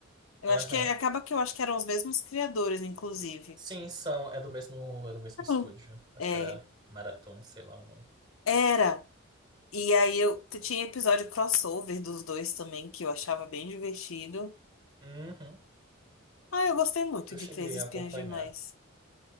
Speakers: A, on the left (about 75°); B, on the right (about 20°).
A: Eu
B: Aham.
A: acho que acaba que eu acho que eram os mesmos criadores, inclusive.
B: Sim, são. É do mesmo, é do mesmo estúdio.
A: Hum.
B: Acho
A: É.
B: que era Marathon, sei lá o nome.
A: Era. E aí eu t- tinha episódio crossover dos dois também, que eu achava bem divertido.
B: Uhum.
A: Ah, eu gostei muito
B: Eu
A: de
B: cheguei
A: Três Espiãs
B: a acompanhar.
A: Demais.